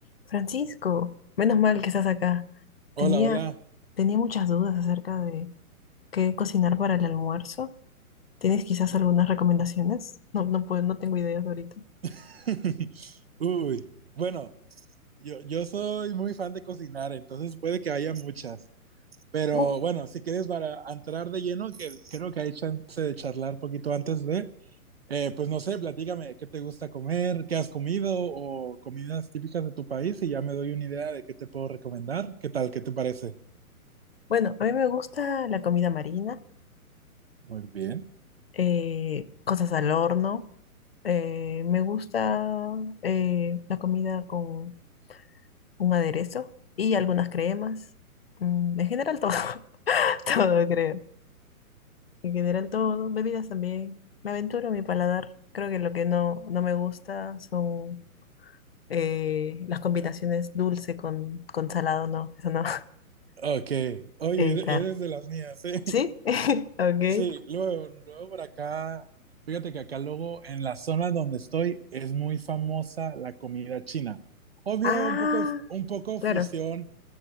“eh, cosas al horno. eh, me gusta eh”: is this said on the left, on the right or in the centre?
Left